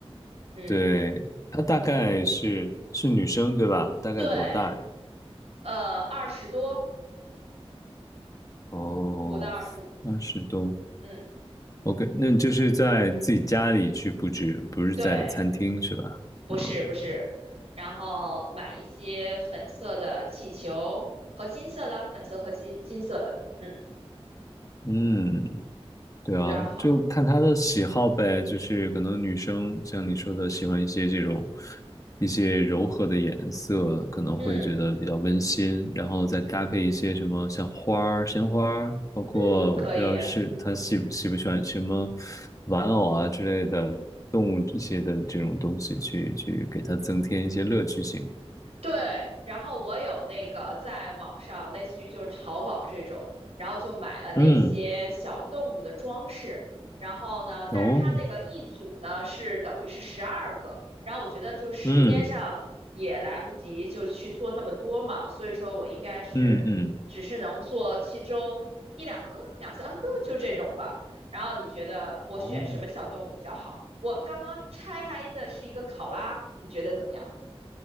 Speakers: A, on the right; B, on the left.
A: 嗯，
B: 对，她大概是是女生对吧？大概多大呀？
A: 对，呃，二十多，
B: 哦，
A: 不到二十五，
B: 二十多
A: 嗯，
B: ，OK，那你就是在自己家里去布置，不是在餐厅是吧？
A: 对。不是不是，
B: 嗯
A: 然后买一些粉色的气球和金色的，粉色和金金色的，嗯，
B: 嗯，对啊，
A: 然后
B: 就看她的喜好呗，就是可能女生像你说的喜欢一些这种一些柔和的颜色，可能会觉得比较温馨，
A: 嗯
B: 然后再搭配一些什么像花儿、鲜花儿，包括我不知道是她喜喜不喜欢什么
A: 嗯可以，
B: 玩偶啊之类的动物一些的这种东西去去给她增添一些乐趣性。
A: 对，然后我有那个在网上，类似于就是淘宝这种，然后就买了那些小动物的装饰。
B: 嗯，
A: 然后呢，但是它那个一组呢是等于是十二个，
B: 哦，
A: 然后我觉得就是时间上也来不及就去做那么多嘛，
B: 嗯
A: 所以说我应该是只是能做其中一两个、
B: 嗯嗯，
A: 两三个就这种吧。然后你觉得我选什么小动物比较好？
B: 哦。
A: 我刚刚拆开的是一个考拉，你觉得怎么样？